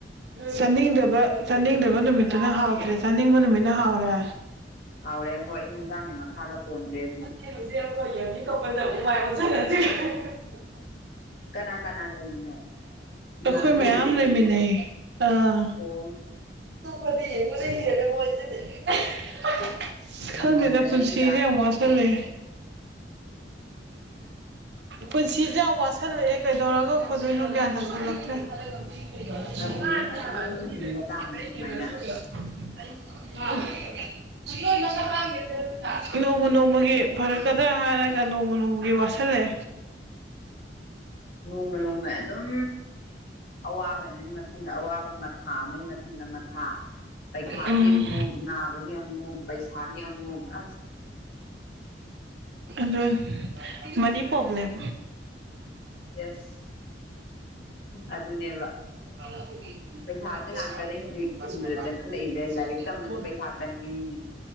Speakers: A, on the right; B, on the left.
A: ꯆꯥꯅꯤꯡꯗꯕ ꯆꯥꯅꯤꯡꯗꯕ ꯅꯨꯃꯤꯠꯇꯨꯅ ꯍꯥꯎꯇ꯭ꯔꯦ ꯆꯥꯅꯤꯡꯕ ꯅꯨꯃꯤꯠꯅ ꯍꯥꯎꯔꯦ
B: ꯍꯥꯎꯔꯦ ꯍꯣꯏ ꯍꯟꯖꯥꯡꯒꯤ ꯃꯈꯥꯗ ꯄꯣꯟꯗ꯭ꯔꯦ
A: <unintelligible>
B: ꯀꯅꯥ ꯀꯅꯥ ꯂꯩꯔꯤꯅꯣ ꯏꯃꯥꯟꯅꯕꯤ
A: ꯑꯩꯈꯣꯏ ꯃꯌꯥꯝ ꯂꯩꯃꯤꯟꯅꯩ ꯑꯥ
B: ꯑꯣꯝ
A: <unintelligible>
B: ꯅꯨꯡꯉꯥꯏꯖꯔꯅꯤꯗ
A: ꯈꯪꯗ‌ꯦꯗ ꯄꯨꯟꯁꯤ ꯌꯥꯝ ꯋꯥꯁꯜ ꯂꯦ ꯄꯨꯟꯁꯤ ꯌꯥꯎꯋꯥꯁꯜ ꯊꯜꯂꯛꯑꯦ ꯀꯩꯗꯧꯔꯒ ꯐꯗꯣꯏꯅꯣ ꯒ꯭ꯌꯥꯟ ꯇꯥꯥꯁꯜꯂꯛꯇ꯭ꯔꯦ <unintelligible> <unintelligible> ꯅꯣꯡꯃ
B: ꯑꯗꯨꯅꯦ ꯑꯗꯨꯝ ꯍꯤꯡꯕ ꯇꯥꯕꯅꯤ ꯁꯨꯃꯥꯏꯅ
A: ꯅꯣꯡꯃꯒꯤ ꯐꯔꯛꯀꯗ꯭ꯔꯥ ꯍꯥꯏꯔꯒ ꯅꯣꯡꯃ ꯅꯣꯡꯃꯒꯤ ꯋꯥꯁꯜ ꯈꯜꯂꯦ
B: ꯅꯣꯡꯃ ꯅꯣꯡꯃꯩ ꯑꯗꯨꯝ ꯑꯋꯥꯕ ꯃꯊꯪꯗ ꯑꯋꯥꯕ ꯑꯃ ꯊꯥ ꯑꯃꯩ ꯃꯊꯪꯗ ꯃꯊꯥ ꯄꯩꯈꯥꯒꯤ
A: ꯎꯝ
B: ꯑꯃꯨꯛ ꯅꯥꯕꯒꯤ ꯑꯃꯨꯛ ꯄꯩꯁꯥꯒꯤ ꯑꯃꯨꯛ ꯑꯁ
A: ꯑꯗꯨꯟ ꯃꯅꯤ ꯄꯂ‌ꯣꯕ꯭ꯂꯦꯝ
B: ꯌꯦꯁ ꯑꯗꯨꯅꯦꯕ
A: <unintelligible>
B: ꯄꯩꯁꯥꯁꯦ ꯉꯥꯛꯇꯅꯦ ꯍꯧꯖꯤꯛ ꯍꯤꯡꯕꯗ ꯆꯪꯈꯠꯂꯛꯏꯁꯦ ꯂꯥꯏꯔꯤꯛ ꯇꯝꯕꯁꯨ ꯄꯩꯁꯥ ꯆꯪꯉꯤ